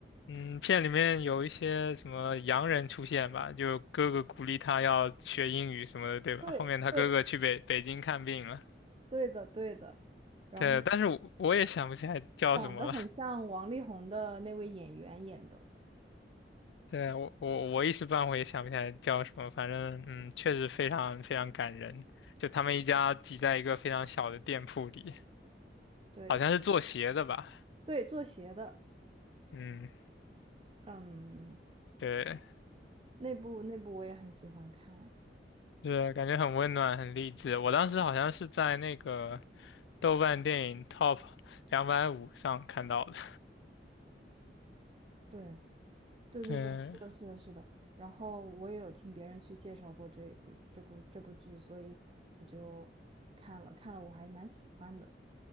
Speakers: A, on the left; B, on the right.
A: 嗯片里面有一些什么洋人出现吧，就哥哥鼓励他要学英语什么的，对吧？
B: 对对
A: 后面他哥哥去北北京看病了。
B: 对的对的，然后。
A: 对，但是我我也想不起来叫什么了。
B: 长得很像王力宏的那位演员演的，
A: 对，我我我一时半会也想不起来叫什么，反正嗯，确实非常非常感人。就他们一家挤在一个非常小的店铺里，
B: 对
A: 好像是做鞋的吧？
B: 对，做鞋的，
A: 嗯，
B: 嗯，
A: 对，
B: 那部那部我也很喜欢看，
A: 是感觉很温暖，很励志。我当时好像是在那个豆瓣电影 Top 两百五上看到的。<laughs>
B: 对对对对，
A: 对，
B: 是的，是的，是的。然后我也有听别人去介绍过这一部这部这部剧，所以我就看了看了，我还蛮喜欢的。